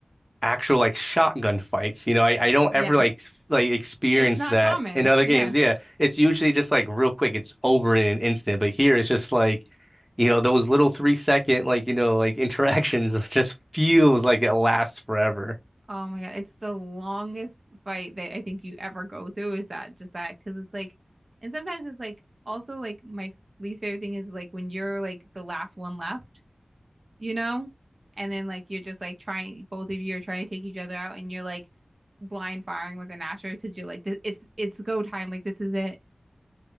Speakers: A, in the centre; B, on the right (about 50°).
A: actual like shotgun fights. You know, I, I don't
B: Yeah.
A: ever like s- like experience
B: It's not
A: that
B: common.
A: in other
B: Yeah.
A: games. Yeah, it's usually just like real quick. It's over in an instant. But here it's just like, you know, those little three second like you know like interactions <laughs> just feels like it lasts forever.
B: Oh my God, it's the longest fight that I think you ever go through is that just that because it's like and sometimes it's like also like my least favorite thing is like when you're like the last one left, you know? And then like you're just like trying both of you are trying to take each other out and you're like blind firing with an asteroid because you're like "Th- it's it's go time like this is it,